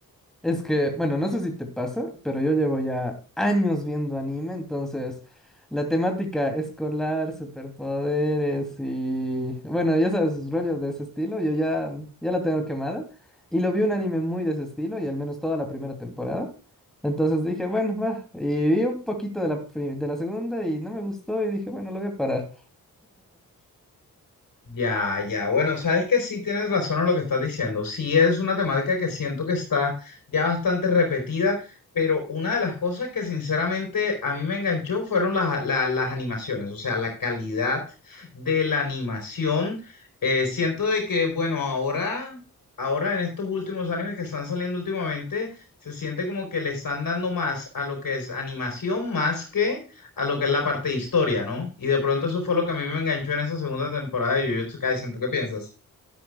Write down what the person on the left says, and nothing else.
Ya, ya. Bueno, sabes que sí tienes razón en lo que estás diciendo. Sí es una temática que siento que está ya bastante repetida, pero una de las cosas que sinceramente a mí me enganchó fueron las, la- las animaciones, o sea, la calidad de la animación. Eh, siento de que, bueno, ahora, ahora en estos últimos animes que están saliendo últimamente, se siente como que le están dando más a lo que es animación más que a lo que es la parte de historia, ¿no? Y de pronto eso fue lo que a mí me enganchó en esa segunda temporada de Jujutsu Kaisen. ¿Tú qué piensas?